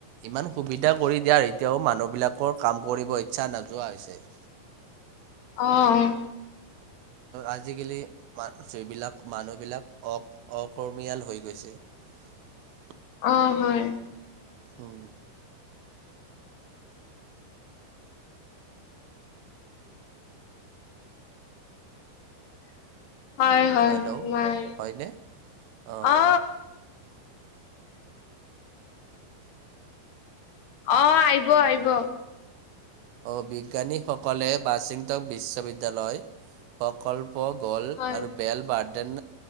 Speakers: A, on the right; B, on the left.
A: ইমান সুবিধা কৰি দিয়াৰ এতিয়াওঁ মানুহবিলাকৰ কাম কৰিব ইচ্ছা নোযোৱা হৈছে। <inaudible>
B: অ'।
A: আজিকালি ম যিবিলাক মানুহবিলাক অ-অকৰ্মীয়াল হৈ গৈছে। <inaudible>
B: অ হয়
A: অ'।
B: হয়, হয়,
A: হেল্ল'
B: মই,
A: হয়নে? অঁ
B: অ? অ', আহিব-আহিব।
A: অ', বিজ্ঞানীসকলে ৱাশ্বিংটন বিশ্ববিদ্যালয় প্ৰকল প' গ'ল
B: হয়
A: আৰু বেল বাৰ্ডেন